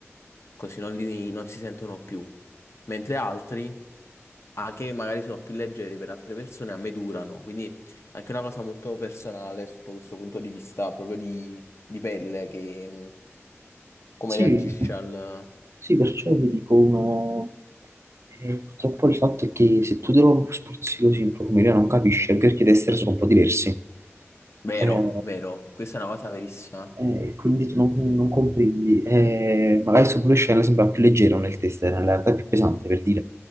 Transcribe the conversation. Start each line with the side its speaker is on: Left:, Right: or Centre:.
Left: così non, li, non si sentono più. Mentre altri anche magari sono più leggeri per altre persone, a me durano, quindi è anche una cosa molto personale sotto questo punto di vista, proprio di, di pelle, che mh, come
Right: Sì,
Left: reagisce al...
Right: sì, perciò vi dico uno. eh, purtroppo il fatto è che se tu te lo spruzzi così in profumeria non capisci, anche perché i tester sono un po' diversi.
Left: Vero,
Right: Eh,
Left: vero, questa è una cosa verissima.
Right: eh, quindi tu non, non comprendi. Eh, magari sto pure scena sembra più leggero nel tester, in realtà è più pesante per dire.